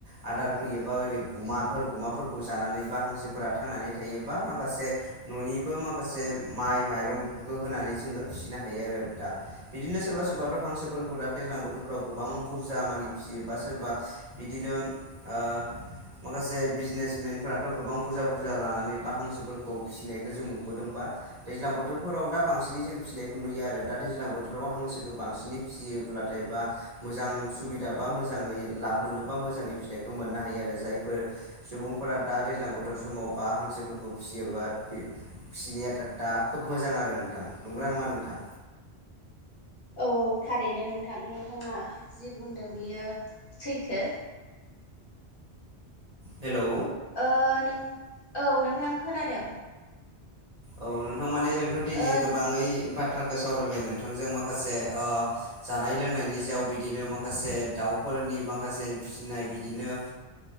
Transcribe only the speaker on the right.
आदार फैयो बा ओरै गुमाफोर गुमाफोरखौ जानानै बा हांसोफोरा थांनानै थायोबा माखा से न'निबो माखासे माइ माइरं बेफोरखौ होनानै जोङो फिनो हायो आरो दा बिदिनो सोरबा सोरबाथ' हांसोफोरखौ दा दैज्लां बोथोर राव गोबां बुरजामानि फियो बा सोरबा बिदिनो ओ माखासे बिजिनेसमेनफोराथ' गोबां बुरजा बुरजा लानानै बा हांसोफोरखौ फिनायखौ जों नुबोदों बा दैज्लां बोथोरफोराव दा बांसिनै जों फिनायखौ नुयो आरो दा दैज्लां बोथोराव हांसोखौ बांसिनै फियोब्लाथाय बा मोजां सुबिदा बा मोजाङै लाब मोनो बा मोजाङै फिथाइखौ मोननो हायो आरो जायफोर सुबुंफोरा दा दैज्लां बोथोर समाव बा हांसोफोरखौ फियोबा बि फिनाया दा खोब मोजां आरो नोंथां नोंगौना नङा नोंथां?
हेलौ।
औ नोंथां माने जोंथ' दिनै
गोबाङै बा थ्राखौ सावरायबाय नोंथांजों माखासे ओ जानाय लोंनायनि सायाव बिदिनो माखासे दाउफोर फोरनि माखासे फिसिनाय बिदिनो ओ